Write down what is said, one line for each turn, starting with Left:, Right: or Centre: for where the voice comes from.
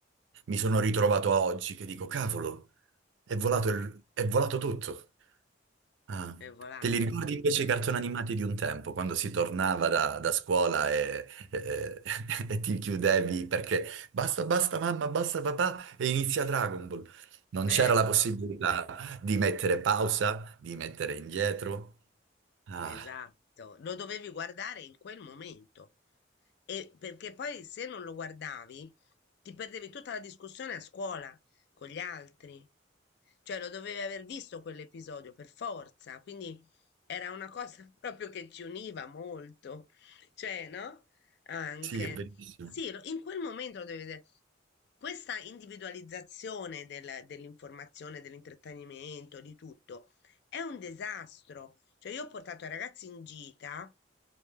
Right: mi sono ritrovato a oggi che dico, cavolo, è volato, il- è volato tutto. Ah,
Left: È volato.
Right: te li ricordi invece i cartoni animati di un tempo, quando si tornava da, da scuola e, e- <laughs> e ti chiudevi perché basta, basta mamma, basta papà e inizia Dragon Ball. Non
Left: Eh?
Right: c'era la possibilità di mettere pausa, di mettere indietro. Ah,
Left: Esatto, lo dovevi guardare in quel momento. E perché poi se non lo guardavi, ti perdevi tutta la discussione a scuola con gli altri. Cioè, lo dovevi aver visto quell'episodio per forza, quindi era una cosa <laughs> proprio che ci univa molto. Cioè, no? Anche.
Right: sì, è bellissimo.
Left: Sì, lo- in quel momento lo devi vedere. Questa individualizzazione del- dell'informazione, dell'intrattenimento, di tutto è un disastro. Cioè, io ho portato i ragazzi in gita